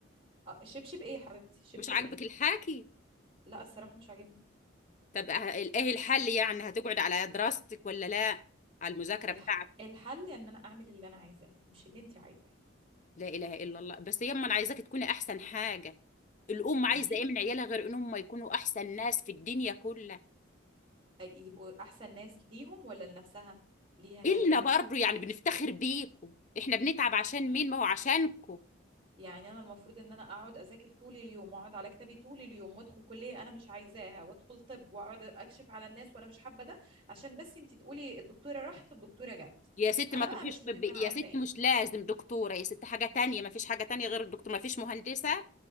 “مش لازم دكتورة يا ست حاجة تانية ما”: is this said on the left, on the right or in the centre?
Left